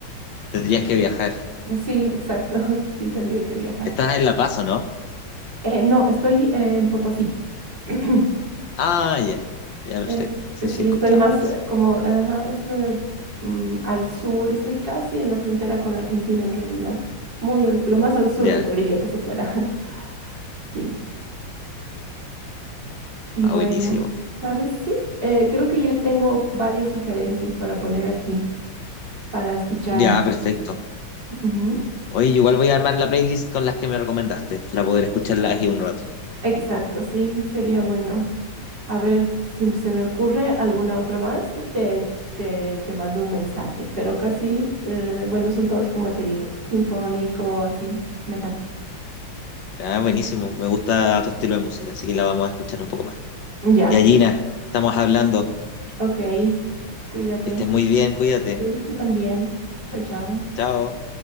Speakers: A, on the left; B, on the right.
A: Tendrías que viajar.
B: Sí, exacto, <laughs> sí, tendría que viajar.
A: Estás en La Paz, ¿o no?
B: Eh, no, estoy eh, en Potosí. <clears throat>
A: Ah, ya. Ya, perfecto.
B: Eh,
A: Sí, sí,
B: sí,
A: escuchamos.
B: estoy más eh, como ajá, es, eh, mm, al sur, estoy casi en la frontera con la Argentina en realidad, muy al- lo más al sur
A: Ya,
B: de Bolivia que se pueda. <laughs> Sí. Y
A: ah,
B: bueno,
A: buenísimo.
B: ¿sabes? Sí, eh, creo que ya tengo varias sugerencias para poner aquí, para escuchar
A: Ya,
B: en mi
A: perfecto.
B: feed. Ujú.
A: Oye, igual voy a armar la playlist con las que me recomendaste, para poder escucharlas aquí un rato.
B: Exacto, sí, sería bueno. A ver si se me ocurre alguna otra más, te, te, te mando un mensaje, pero casi, eh, bueno, son todas como te digo, sinfónico, así, metal.
A: Ah, buenísimo. Me gusta tu estilo de música, así que la vamos a escuchar un poco más.
B: Ya,
A: Y Gina, estamos hablando.
B: ok, cuídate.
A: Que estés muy bien, cuídate.
B: Sí, tú también. Chao, chao.
A: Chao.